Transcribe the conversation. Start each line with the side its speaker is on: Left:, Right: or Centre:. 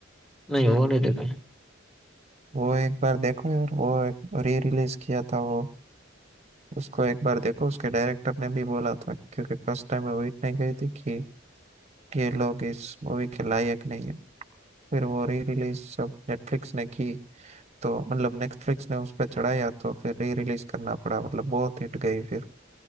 Centre: नहीं वो नहीं देखे
Right: वो एक बार देखो यार वो एक री रिलीज किया था वो उसको एक बार देखो उसके डायरेक्टर ने भी बोला था क्योंकि फर्स्ट टाइम वो इतने गई थी कि ये लोग इस मूवी के लायक नहीं है फिर वो री रिलीज जब नेटफ्लिक्स ने की तो मतलब नेटफ्लिक्स ने उस पर चढ़ाया तो फिर री रिलीज करना पड़ा मतलब बहुत हिट गई फिर